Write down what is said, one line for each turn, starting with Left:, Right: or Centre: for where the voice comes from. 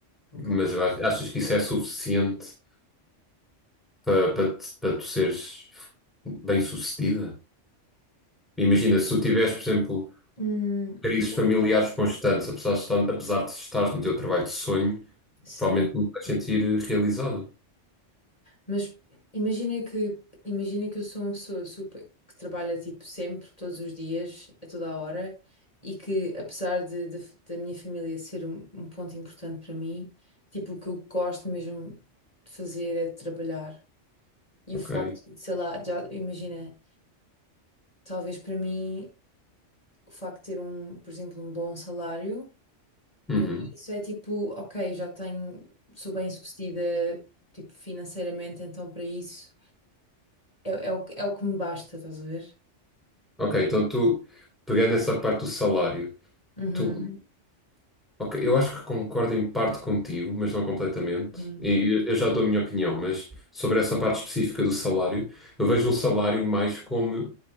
Left: no
Centre: Mas
Left: caso.
Centre: vai- achas que isso é suficiente para para te- para tu seres bem-sucedida? Imagina, se tu tiveres, por exemplo,
Left: Hum,
Centre: crises
Left: e-
Centre: familiares constantes, apesar de estar- apesar de estares no teu trabalho de sonho,
Left: sim.
Centre: provavelmente não te vais sentir eh, realizada.
Left: Mas imagina que, imagina que eu sou uma pessoa super, que trabalha tipo sempre, todos os dias, a toda a hora, e que apesar de, de- da minha família ser um, um ponto importante para mim, tipo, o que eu gosto mesmo de fazer é de trabalhar. E
Centre: Ok.
Left: o facto de, sei lá, já imagina, talvez para mim, o facto de ter um, por exemplo, um bom salário,
Centre: Uhum.
Left: para mim isso é tipo, ok, já tenho, sou bem-sucedida, tipo, financeiramente, então para isso. É, é o, é o que me basta, estás a ver?
Centre: Ok, então tu, pegando essa parte do salário,
Left: Uhum.
Centre: tu, ok, eu acho que concordo em parte contigo, mas não completamente.
Left: Sim.
Centre: E eu eu já dou a minha opinião, mas sobre essa parte específica do salário, eu vejo um salário mais como